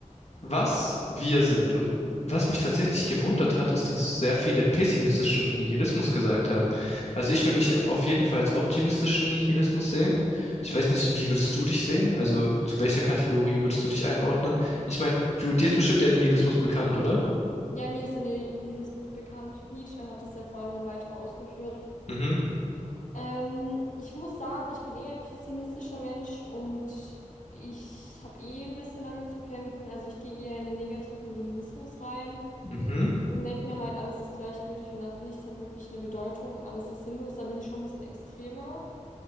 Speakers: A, on the left; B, on the left.
A: was wir sind. Und was mich tatsächlich gewundert hat, ist, dass sehr viele pessimistischen Nihilismus gesagt haben. Also ich würde mich auf jeden Fall als optimistischen Nihilismus sehen. Ich weiß nicht, wie würdest du dich sehen? Also zu welcher Kategorie würdest du dich einordnen? Ich meine, du, dir ist bestimmt der Nihilismus bekannt, oder?
B: Ja, mir ist der Ni- Nihilismus bekannt. Nietzsche hat es ja vor allem dann weiter ausgeführt.
A: Mhm,
B: Ähm, ich muss sagen, ich bin eher ein pessimistischer Mensch und ich habe eh ein bisschen damit zu kämpfen. Also ich gehe eher in den negativen Nihilismus rein
A: mhm.
B: und denke mir halt, alles ist gleichgültig und na- nichts hat wirklich eine Bedeutung und alles ist sinnlos. Da bin ich schon ein bisschen extremer.